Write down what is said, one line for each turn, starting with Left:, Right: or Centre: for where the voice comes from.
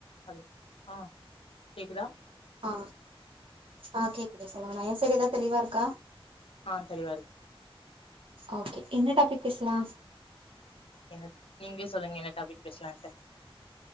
Left: Hello ஆ கேக்குதா
Right: ஆ ஆ கேக்குதா சொல்லுங்க நா என் சைட் ஏதா தெளிவா இருக்கா
Left: ஆ தெளிவா இருக்கு
Right: ஓகே என்ன டாபிக் பேசலா
Left: என்ன நீங்களே சொல்லுங்க என்ன டாபிக் பேசலான்ட்டு